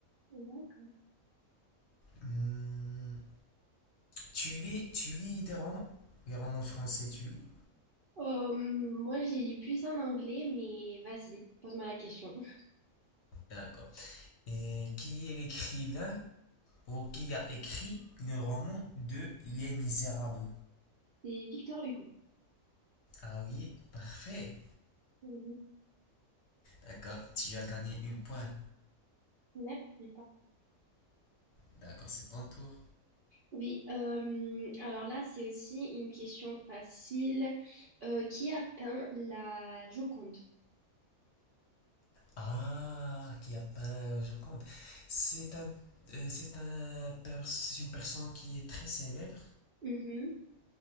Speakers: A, on the right; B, on the left.
A: D'accord.
B: Hmm, tu lis, tu lis des romans? Les romans français, tu lis?
A: Euh, moi, je les lis plus en anglais, mais vas-y, pose-moi la question. <laughs>
B: D'accord. Et qui est l'écrivain ou qui a écrit le roman de Les Misérables?
A: C'est Victor Hugo.
B: Ah oui, parfait.
A: Mhm.
B: D'accord, tu as gagné un point.
A: Merci. pas-
B: D'accord, c'est ton tour.
A: Oui, euh, alors là, c'est aussi une question facile. Euh, qui a peint la Joconde?
B: Ah, qui a peint je compte. C'est un, euh, c'est un, pers- c'est une personne qui est très célèbre.
A: Mhm.